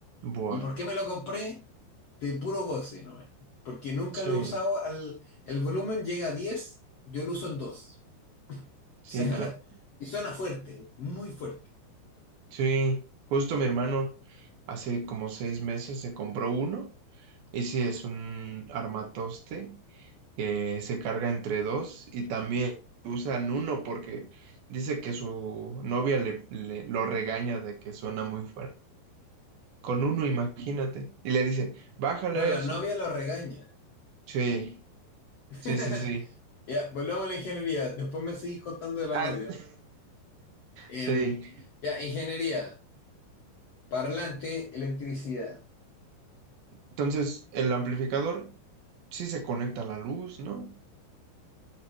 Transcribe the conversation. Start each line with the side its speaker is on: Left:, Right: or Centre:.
Right: Buah.
Left: ¿Y por qué me lo compré? De puro goce, ¿no? Porque nunca
Right: Sí,
Left: lo he usado al, el volumen llega a 10, yo lo uso en dos,
Right: sí,
Left: O sea,
Right: claro.
Left: <laughs> y suena fuerte, muy fuerte.
Right: Sí, justo mi hermano hace como seis meses se compró uno. Y sí, es un armatoste que se carga entre dos y también usan uno porque dice que su novia le, le- lo regaña de que suena muy fuerte. Con uno, imagínate. Y le dice, bájale
Left: Pero
Right: a
Left: la
Right: eso.
Left: novia lo regaña.
Right: Sí.
Left: <laughs>
Right: Sí, sí, sí.
Left: ya, volvamos a la ingeniería. Después me seguís contando de la
Right: Ah,
Left: novia.
Right: <laughs> sí.
Left: Em, ya, ingeniería, parlante, electricidad.
Right: Entonces, el amplificador sí se conecta a la luz, ¿no?